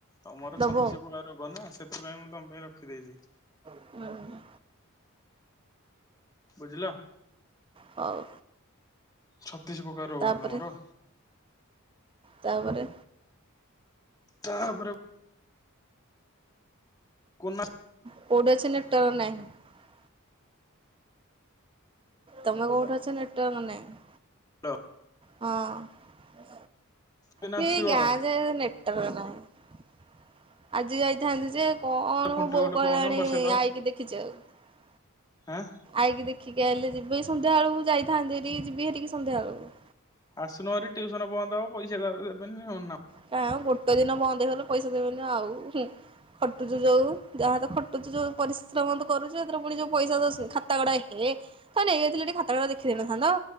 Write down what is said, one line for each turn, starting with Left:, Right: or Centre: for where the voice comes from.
Left: ତମର
Right: ଦବ
Left: ଛତିଶ ପ୍ରକାର ରୋଗ ନା ସେଥିପାଇଁ ମୁଁ ତମ ପାଇଁ ରଖିଦେଇଛି।
Right: ହୁଁ।
Left: ବୁଝିଲ?
Right: ହଉ।
Left: ଛତିଶ ପ୍ରକାର ରୋଗ
Right: ତାପରେ
Left: ନା ତମର।
Right: ତାପରେ
Left: ତାପରେ ଆଉ କୁନା
Right: କୋଉଟି ଅଛି ନେଟୱାର୍କ ନାହିଁ। ତମେ କୋଉଠି ଅଛ ନେଟୱାର୍କ ନାହିଁ।
Left: ହାଲୋ।
Right: ହଁ
Left: ଦିନ
Right: କି
Left: ଆସିବ
Right: ଗାଁ ଯେ ନେଟ ନେଟୱାର୍କ ନାହିଁ ଆଜି ଯାଇଥାନ୍ତି ଯେ କଣ
Left: ଖୁଣ୍ଟି
Right: ମୁଁ ବୋଉ
Left: ଗୋଟେ
Right: କହିଲାଣି
Left: କହୁନ ବସେଇଦବ
Right: ଆଇକି ଦେଖି ଯିବାକୁ।
Left: ହେଁ
Right: ଆଇକି ଦେଖିକି ଆଇଲେ ଯିବି ସନ୍ଧ୍ୟାଳକୁ ଯାଇଥାନ୍ତି <unintelligible> ଯିବି ହେଠିକି ସନ୍ଧ୍ୟାଳକୁ।
Left: ଆସୁନ ହେରି ଟ୍ୟୁସନ ବନ୍ଦ ହବ ପଇସା ତାପରେ ଦେବେନି ନାମ
Right: କାଇଁ ଗୋଟେ ଦିନ ବନ୍ଦ ହେଇଗଲେ ପଇସା ଦେବେନି ଆଉ। ହୁଁ ଖଟୁଛୁ ଯୋଉ ଯାହା ତ ଖଟୁଛୁ ଯୋଉ ପରିସ୍ ଶ୍ରମ କରୁଛି ଏଥିର ପୁଣି ଯୋଉ ପଇସା ଖାତା ଗୁଡା ଏ ହେଁ ନେଇଯାଇଥିଲେ ଟିକେ ଖାତା ଗୁଡା ଦେଖିଦେଇ ନଥାନ୍ତ।